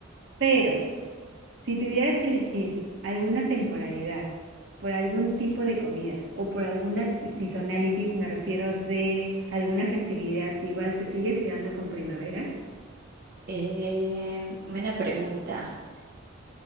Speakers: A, on the right; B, on the right.
A: pero si tuvieras que elegir alguna temporalidad por algún tipo de comida o por alguna t- seasonality, me refiero de alguna festividad, igual te sigues quedando con primavera.
B: Eh, buena pregunta.